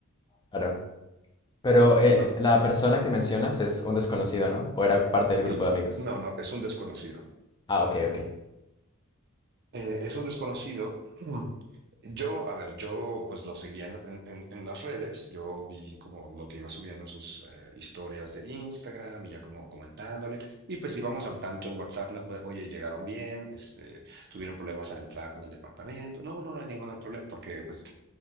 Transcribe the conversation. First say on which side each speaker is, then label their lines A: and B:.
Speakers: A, on the left (about 20°); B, on the right (about 50°).
A: Claro. Pero eh,
B: No,
A: la persona que mencionas es un desconocido, ¿no? ¿O era parte
B: sí,
A: del grupo de amigos?
B: no, no, es un desconocido.
A: Ah, ok, ok.
B: Eh, es un desconocido. <clears throat> Yo, a ver, yo pues lo seguía en, en- en- en las redes, yo vi como lo que iba subiendo en sus eh, historias de Instagram y ya como comentándole, y pues íbamos al tanto en WhatsApp, ¿no? Como de, oye, llegaron bien, este, tuvieron problemas a entrar con el departamento, no, no, no hay ningún problema, porque pues